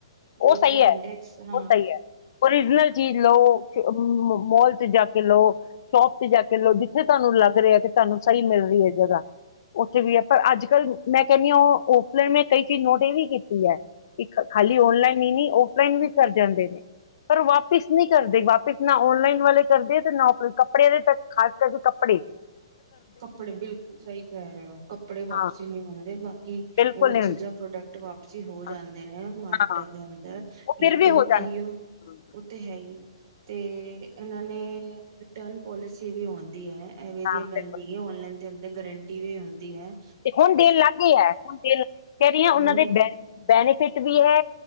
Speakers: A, on the right; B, on the left.
A: ਦੋ
B: ਉਹ ਸਹੀ
A: ਚਾਰ
B: ਹੈ,
A: ਘੰਟੇ ਐਕਸ ਹਾਂ
B: ਉਹ ਸਹੀ ਹੈ। ਓਰੀਜਨਲ ਚੀਜ਼ ਲਓ ਮ-ਮੋਲ ਚ ਜਾ ਕੇ ਲੋ, ਸ਼ੋਪ ਤੇ ਜਾ ਕੇ ਲੋ, ਜਿੱਥੇ ਤੁਹਾਨੂੰ ਲੱਗ ਰਿਹਾ ਹੈ ਕਿ ਤੁਹਾਨੂੰ ਸਹੀ ਮਿਲ ਰਹੀ ਹੈ ਜਗ੍ਹਾ। ਵੀ ਹੈ ਪਰ ਅੱਜ ਕੱਲ੍ਹ ਮੈਂ ਕਹਣੀ ਆ ਉਹ ਔਫਲਾਈਨ ਮੈਂ ਕਈ ਚੀਜ਼ ਨੋਟ ਇਹ ਵੀ ਕੀਤੀ ਹੈ ਇਕ ਖਾਲੀ ਬੀ ਔਨਲਾਈਨ ਹੀ ਨਹੀਂ, ਔਫਲਾਈਨ ਵੀ ਕਰ ਜਾਂਦੇ ਨੇ, ਪਰ ਵਾਪਿਸ ਨਹੀਂ ਕਰਦੇ। ਵਾਪਿਸ ਨਾ ਔਨਲਾਈਨ ਵਾਲੇ ਕਰਦੇ ਤੇ ਨਾ ਔਫ ਕੱਪੜਿਆਂ ਦੇ ਤ ਖ਼ਾਸ ਕਰਕੇ ਕਪ ਪੜੇ
A: ਕੱਪੜੇ ਬਿਲਕੁਲ ਸਹੀ ਕਹਿ ਰਹੇ ਹੋ, ਕੱਪੜੇ ਵਾਪਸੀ
B: ਹਾਂ
A: ਨਹੀਂ ਹੁੰਦੇ ਬਾਕੀ
B: ਬਿਲਕੁਲ
A: ਹੋਰ
B: ਨਹੀਂ ਹੁੰਦੇ
A: ਚੀਜ਼ਾਂ ਪ੍ਰੋਡਕਟ ਵਾਪਸੀ ਹੋ ਜਾਂਦੇ
B: ਹਾਂ,
A: ਨੇ। ਮਾਰਕੀਟਾਂ
B: ਹਾਂ
A: ਦੇ ਅੰਦਰ
B: ਉਹ ਫਿਰ
A: ਲੇਕਿਨ
B: ਵੀ ਹੋ ਜਾਣਗੇ
A: ਅਇਓ
B: ਹਾਂ,
A: ਉਹ ਤੇ ਹੈ ਹੀ। ਤੇ ਇਹਨਾਂ ਨੇ ਰਿਟਰਨ ਪੋਲਿਸੀ ਵੀ ਹੋਂਦੀ ਹੈ। ਐਵੇਂ
B: ਹਾਂ
A: ਦੀ
B: ਬਿਲਕੁਲ।
A: ਗੱਲ ਨਹੀਂ ਔਨਲਾਈਨ ਦੇ ਅੰਦਰ ਗਰੰਟੀ ਵੀ ਹੁੰਦੀ ਹੈ
B: ਤੇ ਹੁਣ ਦਿਲ ਲਾੱਗ ਗਿਆ ਹੈ ਹੁਣ ਦਿਲ ਕਹਿ ਰਹੀ ਹਾਂ ਉਹਨਾਂ
A: ਹੁਣ
B: ਦੇ ਬੈ-ਬੈਨੀਫਿਟ ਵੀ ਹੈ